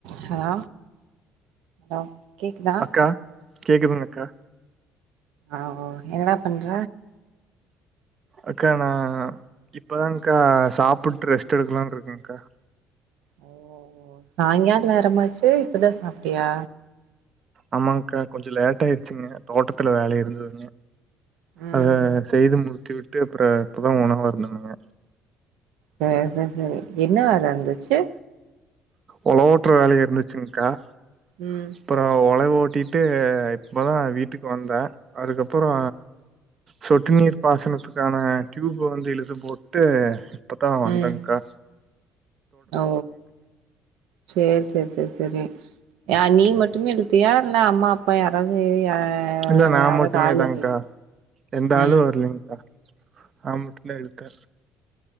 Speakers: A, on the right; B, on the right.
A: Hello hello கேக்குதா
B: அக்கா கேக்குதுங்க அக்கா
A: ஆ ஓ என்ன பண்ற
B: அக்கா நா இப்பதாங்கா சாப்புட்டு ரெஸ்ட் எடுக்கலான்ட்ருக்கேங்கா
A: ஓ ஓ சாய்ங்காலோ நேறமாச்சு இப்பதா சாப்ட்டியா
B: ஆமாங்கா கொஞ்சோ லேட்டாயிடுச்சுங்க தோட்டத்துல வேல இருந்ததுங்க
A: ம்
B: அத
A: ம்
B: செய்து முடித்து விட்டு அப்புறோ இப்பதா உணவாருந்தன்ங்க
A: ச சர் சரி என்ன வேல இருந்துச்சு
B: ஒளவு ஓட்டுற வேல இருந்துச்சுங்க்கா
A: ம்
B: அப்புறோ ஒளவு ஓட்டிட்டு இப்பதா வீட்டுக்கு வந்த அதுக்கப்புறோ
A: ம்
B: சொட்டு நீர் பாசனத்துக்கான டியூப் வந்து இழுத்து போட்டு இப்பதா வந்தங்கா
A: ம் ஓ செர் செரி செரி செரி ஏ நீ மட்டுமே இழுத்தியா இல்ல அம்மா அப்பா யாராவது யா
B: இல்ல நா
A: யாராவது
B: மட்டுமே
A: ஆள்
B: தான்கா
A: வந்தீங்க
B: எந்த ஆளு
A: ம்
B: வரலேங்கா ஆன் மட்டுந்தா இழுத்தே